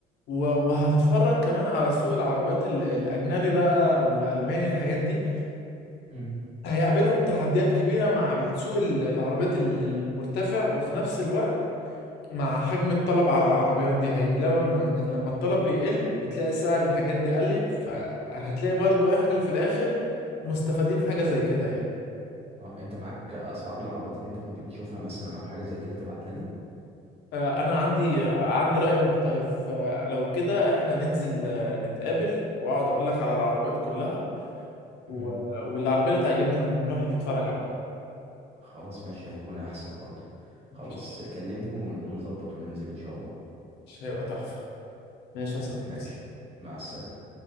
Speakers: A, on the left (about 80°); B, on the right (about 35°).
A: و- وهتتفرج كمان على سوق العربيات ال- الاجنبي بقى او الالماني الحاجات دي
B: مم.
A: هيقابلهم تحديات كبيرة مع السوق ال- العربيات ال- المرتفع وفي نفس الوقت مع حجم الطلب على العربيات دي هيلاقوا ان لما الطلب بيقل بتلاقي سعر الحاجات دي قلت فهتلاقي برضو احنا اللي في الاخر مستفادين حاجة زي كده يعني
B: اه انت معاك اسعار العربيات اللي انت كنت بتشوفها مثلا او حاجة زي كده تبعتها لي
A: آه، انا عندي عندي رأي مختلف آه، لو كده احنا ننزل آه، نتقابل واقعد اقول لك على العربيات كلها
B: مم.
A: و- والعربية اللي تعجبنا نروح نتفرج عليها
B: خلاص ماشي هيكون احسن برضه خلاص
A: ماشي
B: كلمني ون- ونظبط وننزل ان شاء الله
A: مش هيبقى تحفة ماشي يا صديقي
B: ماشي مع السلامة